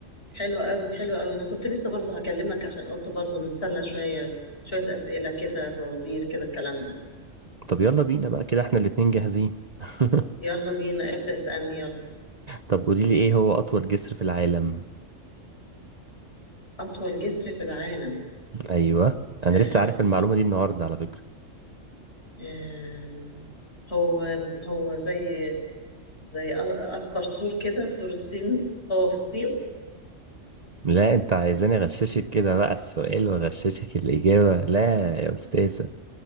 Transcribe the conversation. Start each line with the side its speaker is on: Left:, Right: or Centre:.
Left: حلو قوي حلو قوي أنا كنت لسه برضو هكلمك عشان قلت برضو نتسلى شوية شوية أسئلة كده فوازير كده الكلام ده
Right: طب يلا بينا بقى كده احنا الاتنين جاهزين <laughs>
Left: يلا بينا ابدأ اسألني يلا
Right: طب قوليلي ايه هو اطول جسر في العالم
Left: أطول جسر في العالم
Right: ايوه انا
Left: آه
Right: لسه عارف المعلومه دي النهارده على فكره
Left: آه هو هو زي زي أ- أكبر سور كده سور الصين هو في الصين
Right: لا انت عايزاني اغششك كده بقى السؤال واغششك الاجابه لا يا استاذه